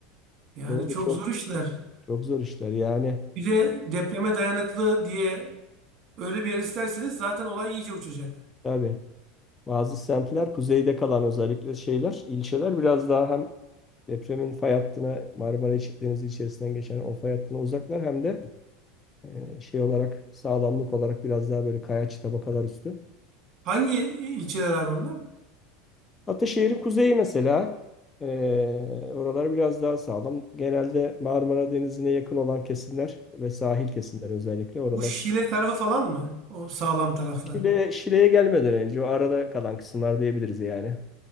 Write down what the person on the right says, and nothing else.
Yani
çok
zor işler.
Bir de depreme dayanıklı diye öyle bir yer isterseniz zaten olay iyice uçacak.
Hangi ilçeler abi bunlar?
Bu Şile tarafı falan mı? O sağlam taraflar.